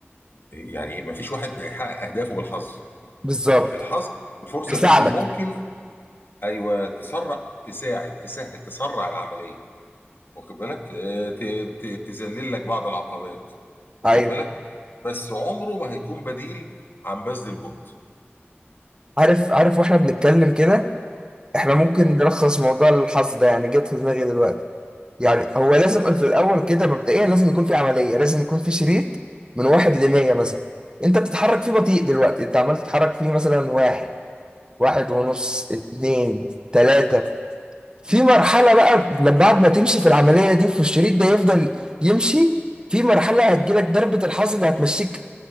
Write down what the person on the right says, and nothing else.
بالظبط
بيساعدك
ايوه
عارف عارف واحنا بنتكلم كده احنا ممكن
نلخص موضوع الحظ ده يعني جت في دماغي دلوقتي يعني هو لازم في الاول كده مبدئيا لازم يكون في عمليه لازم يكون في شريط من واحد ل 100 مثلا انت بتتحرك فيه بطيء دلوقتي انت عمال تتحرك فيه مثلا واحد واحد ونص اتنين تلاته في مرحله بقى لما بعد ما تمشي في العمليه دي في الشريط ده يفضل يمشي في مرحله هتجيلك ضربه الحظ اللي هتمشيك